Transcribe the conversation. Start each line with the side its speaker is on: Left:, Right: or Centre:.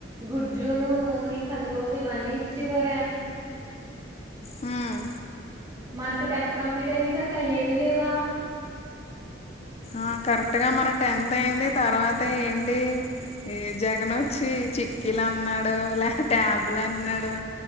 Right: గుడ్లును నూనె కందిపప్పు ఇవన్నీ ఇచ్చివరే
Left: ఉహ్
Right: మనకు టెన్త్ కంప్లీట్ ఆయే సరికి అయ్ ఏమి లేవా.
Left: ఆ కరెక్ట్ గా మన టెన్త్ అయింది తర్వాత ఏంటి ఏ జగన్ వచ్చి చిక్కిలు అన్నాడు లే ట్యాబ్ లు అన్నాడు.